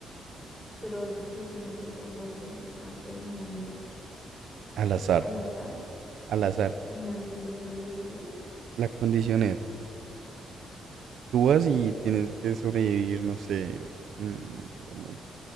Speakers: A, in the centre; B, on the right (about 65°).
A: Pero en- si oprimo el botón, voy a cualquier parte del mundo
B: Al azar.
A: al azar.
B: Al azar.
A: y me dan cien millones de pesos.
B: La condición es, tú vas y tienes que sobrevivir, no sé, mm, pongamos,